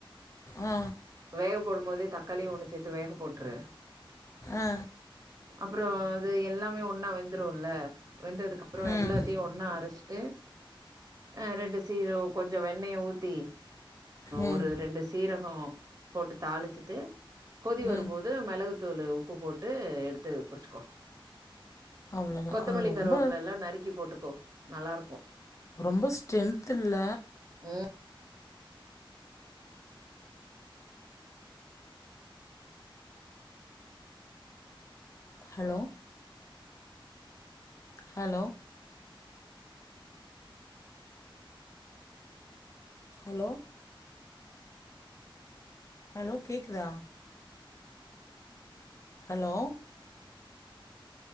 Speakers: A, on the left (about 35°); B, on the right (about 45°).
A: ஆ
B: வேக போடும்போதே தக்கா தக்காளி ஒன்னு சேத்து வேக போட்டுரு
A: ஆ
B: அப்புறோ அது எ எல்லாமே ஒன்னா வெந்துரும்ல வெந்ததுக்கு அப்பற
A: ம்
B: எல்லாத்தையு ஒன்னா அரைச்சிட்டு ஆ ரெண்டு சீர கொஞ்ச வெண்ணைய் ஊத்தி
A: ம்
B: ஒரு ரெண்டு சீரம் ப்றோ போட்டு தாளிச்சிட்டு கொதி வரும்போது
A: ம்
B: மெளகு ளகு தூள்ளு உப்பு போட்டு எடுத்து குடிச்சுக்கோ
A: அவ்வளோதான்
B: கொத்தமல்லி
A: ஆ, ரொம்ப
B: கருவேப்புலல்லா நறுக்கி போட்டுக்கோ நல்லாருக்கு
A: ரொம்ப ஸ்ட்ரென்த் இல்ல
B: ம்
A: ஹலோ ஹலோ ஹலோ ஹலோ கேக்குதா hello